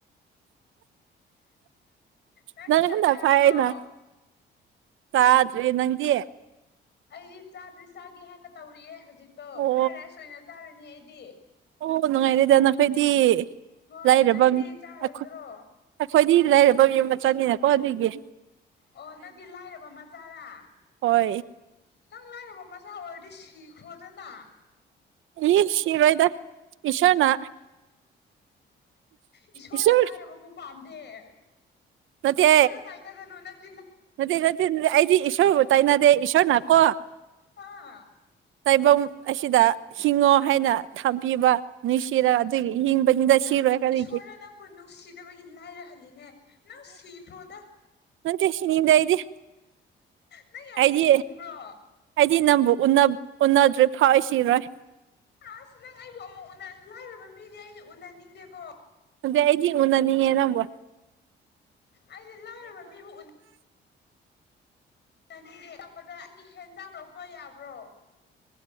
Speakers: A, on the left; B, on the right.
A: ꯅꯪ
B: ꯅꯅꯦ
A: ꯆꯥꯛ
B: ꯍꯗ
A: ꯆꯥꯔꯕ꯭ꯔꯣ
B: ꯐꯅ ꯆꯗ꯭ꯔꯤ ꯅꯪꯗꯤ
A: ꯑꯩꯗꯤ ꯆꯥꯗ꯭ꯔꯤ ꯆꯥꯒꯦ ꯍꯥꯏꯅ ꯇꯧꯔꯤꯌꯦ ꯍꯧꯖꯤꯛꯇꯣ
B: ꯑꯣ
A: ꯐ꯭ꯔꯥꯏ ꯔꯥꯏꯁ ꯑꯣꯏꯅ ꯆꯥꯔꯅꯤ ꯑꯩꯗꯤ
B: ꯑꯣ ꯅꯨꯡꯉꯥꯏꯔꯦꯗ ꯅꯈꯣꯏꯗꯤ
A: ꯍꯣꯏ
B: ꯂꯥꯏꯔꯕ
A: ꯅꯪꯗꯤ ꯆꯥꯔꯣꯏꯗ꯭ꯔꯣ
B: ꯑꯩꯈꯣꯏ ꯑꯩꯈꯣꯏꯗꯤ ꯂꯩꯔꯕ ꯌ ꯃꯆꯥꯅꯤꯅꯀꯣ ꯑꯗꯨꯏꯒꯤ
A: ꯑꯣ ꯅꯪꯗꯤ ꯂꯥꯏꯔꯕ ꯃꯆꯥꯅ
B: ꯍꯣꯏ
A: ꯅꯪ ꯂꯥꯏꯔꯕ ꯃꯆꯥ ꯑꯣꯏꯔꯗꯤ ꯁꯤꯈ꯭ꯔꯣꯗꯅ
B: ꯌꯦ ꯁꯤꯕꯣꯏꯗ ꯏꯁꯣꯟꯅꯥ
A: ꯏꯁꯣꯔꯅ
B: ꯏꯁꯣꯔ
A: ꯂꯥꯏꯔꯕꯕꯨ ꯄꯥꯝꯗꯦ
B: ꯅꯠꯇꯦ
A: ꯏꯁꯣꯔꯗ ꯇꯥꯏꯅꯒꯅꯨ ꯅꯪ
B: ꯅꯠꯇꯦ ꯅꯠꯇꯦ ꯑꯩꯗꯤ ꯏꯁꯣꯔꯕꯨ ꯇꯥꯏꯅꯗꯦ ꯏꯁꯣꯔꯅ ꯀꯣ
A: ꯑꯥ
B: ꯇꯥꯏꯕꯪ ꯑꯁꯤꯗ ꯍꯤꯡꯉꯣ ꯍꯥꯏꯅ ꯊꯝꯕꯤꯕ ꯅꯨꯡꯁꯤꯔ ꯑꯗꯨꯒꯤ ꯍꯤꯡꯕꯅꯤꯗ
A: ꯎꯝ
B: ꯁꯤꯔꯣꯏ ꯀꯔꯤꯒꯤ
A: ꯏꯁꯣꯔꯅ ꯅꯪꯕꯨ ꯅꯨꯡꯁꯤꯗꯕꯒꯤ ꯂꯥꯏꯔꯍꯜꯂꯤꯅꯦ ꯅꯪ ꯅꯪ ꯁꯤꯈ ꯔꯣꯗꯥꯣ
B: ꯅꯟ ꯀꯁꯤꯅꯤꯗ ꯍꯥꯏꯗ
A: ꯅꯪ ꯌꯥꯝ
B: ꯍꯥꯏꯗꯦ
A: ꯍꯤꯡꯅꯤꯡꯕ꯭ꯔꯣ
B: ꯍꯥꯏꯗꯤ ꯅꯪꯕꯨ ꯎꯅꯗ꯭ꯔꯦ ꯐꯥꯎ ꯁꯤꯔꯣꯏ
A: ꯑꯁ ꯅꯪ ꯑꯩꯕꯨ ꯑꯃꯨꯛ ꯎꯅ ꯂꯥꯏꯔꯕ ꯃꯤꯗꯤ ꯑꯩꯗꯤ ꯎꯅꯍꯟꯅꯤꯡꯗꯦꯀꯣ
B: ꯃꯗ ꯍꯥꯏꯉ ꯅꯅꯤ ꯅꯝꯕ
A: ꯑꯩꯗꯤ ꯂꯥꯏꯔꯕ ꯃꯤꯕꯨ ꯎ ꯉꯅꯤꯡꯗ ꯀꯛꯄꯗ ꯑꯩꯒꯤ ꯍꯦꯟꯖꯥꯡ ꯂꯧꯔꯄ ꯌꯥꯕ꯭ꯔꯣ